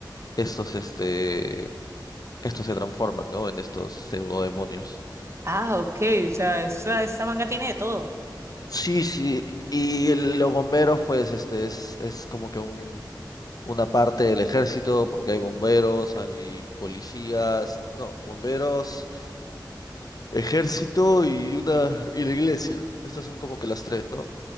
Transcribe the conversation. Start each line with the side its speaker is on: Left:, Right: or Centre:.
Left: estos, este, estos se transforman, ¿no? En estos pseudodemonios.
Right: Ah, ok, o sea, esta, esta manga tiene de todo.
Left: Sí, sí, y el- los bomberos, pues, este, es, es como que un, una parte del ejército, porque hay bomberos, hay policías, no, bomberos, ejército y una y la iglesia. Estas son como que las tres, ¿no?